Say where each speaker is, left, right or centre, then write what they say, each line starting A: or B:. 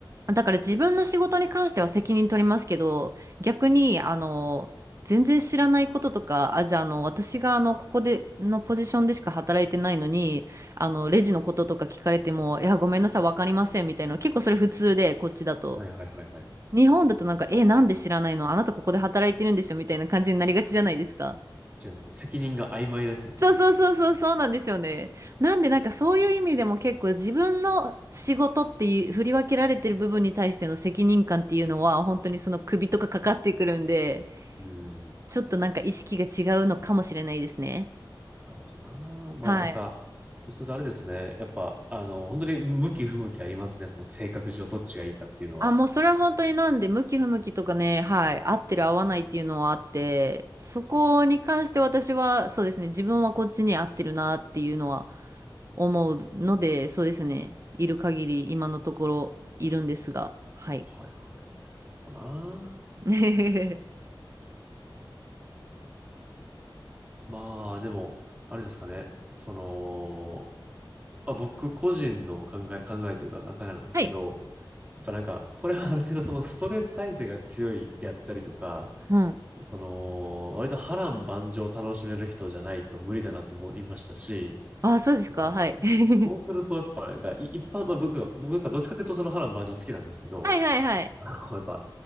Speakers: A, on the right (about 35°); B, on the right (about 20°).
A: だから自分の仕事に関しては責任取りますけど、逆に、あの、全然知らないこととか、あ、じゃあ、あの、私が、あの、ここで、のポジションでしか働いてないのに、あの、レジのこととか聞かれても、いや、ごめんなさい、わかりません、みたいな。結構それ普通で、こっちだと。
B: はいはいはいはい。
A: 日本だとなんか、え、なんで知らないのあなたここで働いてるんでしょみたいな感じになりがちじゃないですか。
B: 違うかな。責任が曖昧ですもんね。
A: そうそうそうそうそうなんですよね。なんでなんかそういう意味でも結構自分の仕事っていう振り分けられてる部分に対しての責任感っていうのは本当にその首とかかかってくるんで、
B: うん。
A: ちょっとなんか意識が違うのかもしれないですね。
B: なるほどな。まあなんか、
A: はい。
B: そうするとあれですね。やっぱ、あの、本当に向き不向きありますね。その性格上どっちがいいかっていうのは。
A: あ、もうそれは本当になんで、向き不向きとかね、はい、合ってる合わないっていうのはあって、そこに関して私は、そうですね、自分はこっちに合ってるなっていうのは思うので、そうですね、いる限り今のところいるんですが、はい。
B: はい。なるほどな。
A: <laughs>
B: まあ、でも、あれですかね。その、まあ、僕個人の考え、考えというか考えなんですけど、
A: はい。
B: っぱなんか、これはある程度そのストレス耐性が強いであったりとか、
A: うん。
B: その、割と波乱万丈を楽しめる人じゃないと無理だなと思いましたし、
A: あ、そうですか、
B: てかそそうすると、
A: はい。<laughs>
B: やっぱ、なんか、い一般、まあ僕が、僕がどっちかというとその波乱万丈好きなんですけど、
A: はいはいはい。
B: あの、やっぱ、